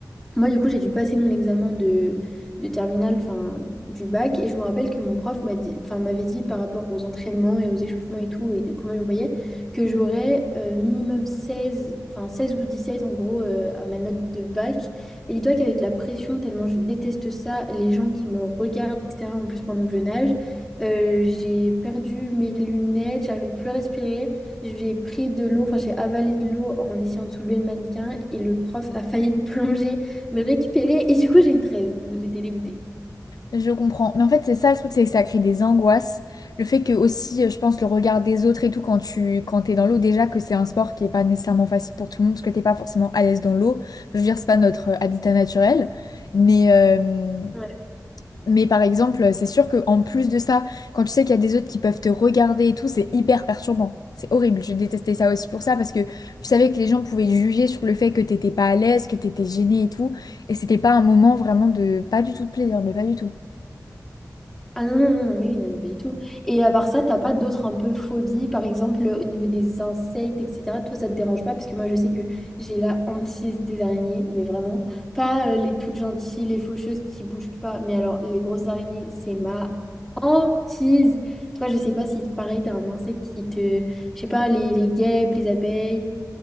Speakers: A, in the centre; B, on the left (about 80°).
A: moi, du coup, j'ai dû passer mon examen de, de terminale, enfin, du bac, et je me rappelle que mon prof m'a dit, enfin, m'avait dit par rapport aux entraînements et aux échauffements et tout, et de comment il me voyait, que j'aurais euh, minimum 16 enfin, 16 ou 17 en gros euh, à ma note de bac. Et dis-toi qu'avec la pression, tellement je déteste ça, les gens qui me regardent, etc., en plus pendant que je nage, euh, j'ai perdu mes lunettes, j'arrivais plus à respirer. J'ai pris de l'eau, enfin j'ai avalé de l'eau en essayant de soulever le mannequin et le prof a failli <laughs> plonger me récupérer. Et du coup, j'ai eu 13, donc j'étais dégoûtée.
B: Je comprends. Mais en fait, c'est ça le truc, c'est que ça crée des angoisses. Le fait que aussi, euh, je pense, le regard des autres et tout, quand tu quand t'es dans l'eau, déjà que c'est un sport qui est pas nécessairement facile pour tout le monde, parce que t'es pas forcément à l'aise dans l'eau. Je veux dire, c'est pas notre euh, habitat naturel. Mais, euh,
A: Ouais.
B: mais par exemple, euh, c'est sûr que en plus de ça, quand tu sais qu'il y a des autres qui peuvent te regarder et tout, c'est hyper perturbant. C'est horrible. Je détestais ça aussi pour ça, parce que je savais que les gens pouvaient juger sur le fait que t'étais pas à l'aise, que t'étais gêné et tout. Et c'était pas un moment vraiment de... Pas du tout de plaisir, mais pas du tout.
A: Ah non, non, non, non, oui, non, mais pas du tout. Et à part ça, t'as pas d'autres un peu phobies, par exemple au niveau des insectes, etc. Toi, ça te dérange pas, parce que moi, je sais que j'ai la hantise des araignées, mais vraiment. Pas euh, les toutes gentilles, les faucheuses qui bougent pas, mais alors les grosses araignées, c'est ma hantise. Toi, je sais pas si pareil, t'as un insecte qui te. Je sais pas, les, les guêpes, les abeilles.